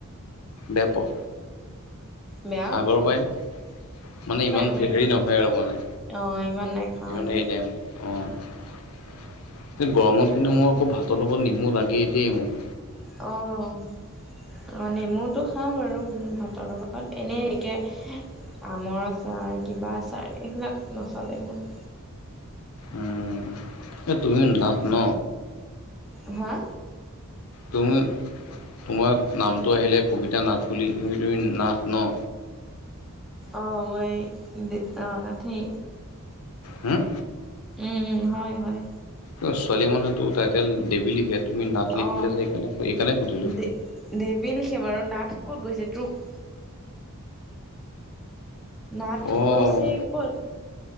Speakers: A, on the left (about 75°); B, in the centre.
A: বেয়া পোৱা?
B: বেয়া
A: আগৰ পৰাই নে? মানে ইমান
B: মই
A: হেৰি নহয় আৰু মানে?
B: অ ইমান নাখাওঁ
A: ইমান
B: আৰু
A: হেৰি নাই মানে, অঁ গৰমত কিন্তু মোৰ আকৌ ভাতৰ লগত নেমু লাগেই দেই মোৰ।
B: অ' অ' নেমুটো খাওঁ বাৰু ভাতৰ লগত, এনেই এতিয়া আমৰ আচাৰ, কিবা আচাৰ এইবিলাক নচলে এই মোৰ।
A: উম, এ তুমি নাভ ন?
B: হা?
A: তুমি, তোমাৰ নামটো আহিলে কবিতা নাথ বুলি তুমি তুমি নাথ ন?
B: অ মই দি অ নাথেই।
A: হুম,
B: উম উম হয় হয়।
A: এ ছোৱালী মানুহেটো টাইটেল দেৱী লিখে তুমি নাথ লিখিলা
B: অ',
A: যে এইকাণে-এইকাণে সুধিলো।
B: দে দেৱী লিখে বাৰু নাথ ক'ত গৈছে তোক নাথ
A: অ',
B: গৈছে ক'ত?